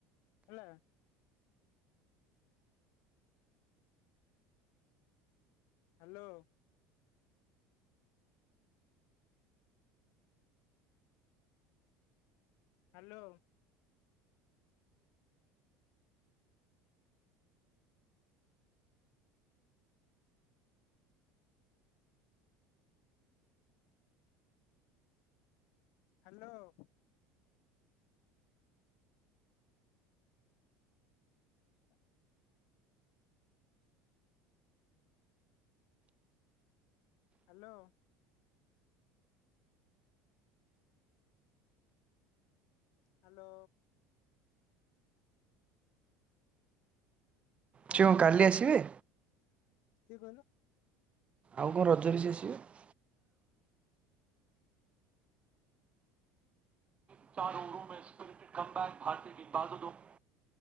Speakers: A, on the left; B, on the right.
A: ହେଲା hello hello hello <inaudible> hello hello
B: <unintelligible> କାଲି ଆସିବେ?
A: କିିଏ କହିଲ?
B: ଆଉ କଣ ରଜ? <unintelligible> <unintelligible> <unintelligible> <unintelligible>